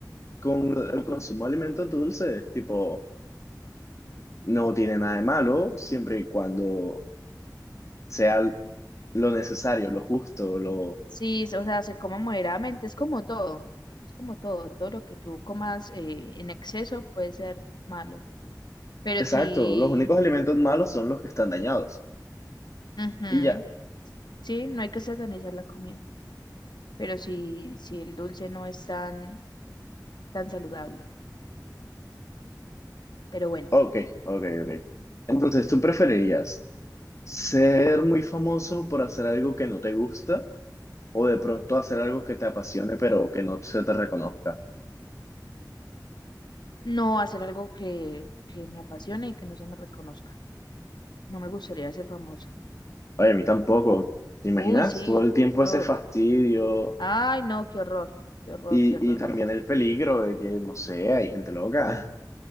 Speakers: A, on the left (about 45°); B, on the left (about 85°).
A: Con el consumo de alimentos dulces, tipo, no tiene nada de malo, siempre y cuando sea lo necesario, lo justo, lo...
B: Sí, es- o sea, se coma moderadamente, es como todo. Es como todo. Todo lo que tú comas eh, en exceso puede ser malo. Pero
A: Exacto,
B: sí,
A: los únicos alimentos malos son los que están dañados.
B: ujú,
A: Y ya.
B: sí, no hay que satanizar la comida. Pero sí, sí, el dulce no es tan, tan saludable. Pero bueno,
A: Ok, ok, ok. Entonces, ¿tú preferirías ser muy famoso por hacer algo que no te gusta o de pronto hacer algo que te apasione pero que no se te reconozca?
B: no hacer algo que, que me apasione y que no se me reconozca. No me gustaría ser famosa.
A: Oye, a mí tampoco. ¿Te imaginas?
B: Uy, sí.
A: Todo el tiempo
B: Yo.
A: ese fastidio
B: Ay, no, qué horror. Qué horror,
A: Y,
B: qué horror.
A: y también el peligro de que, no sé, hay gente loca.